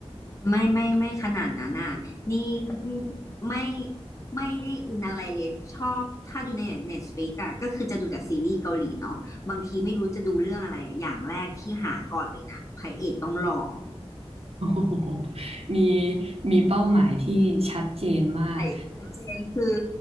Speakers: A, on the left; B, on the right.
A: ไม่ไม่ไม่ขนาดนั้นอ่ะนี่ไม่ไม่ได้อินอะไรเลยชอบถ้าดูใน Netflix อะก็คือจะดูแต่ซีรีส์เกาหลีเนาะบางทีไม่รู้จะดูเรื่องอะไรอะอย่างแรกที่หาก่อนเลยนะพระเอกต้องหล่อ
B: โอ้โหมีมีเป้าหมายที่ชัดเจนมาก
A: ใช่ชัดเจนคือ